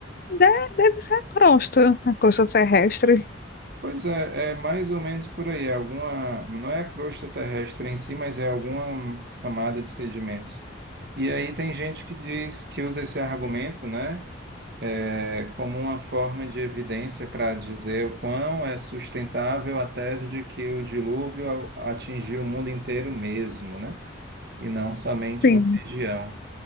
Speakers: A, on the left; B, on the right.
A: De- deve ser a crosta, a crosta terrestre.
B: Pois é, é mais ou menos por aí. É alguma, não é a crosta terrestre em si, mas é alguma camada de sedimentos. E aí tem gente que diz que usa esse argumento, né, é, como uma forma de evidência para dizer o quão é sustentável a tese de que o dilúvio a- atingiu o mundo inteiro mesmo, né, e não somente
A: Sim,
B: uma região.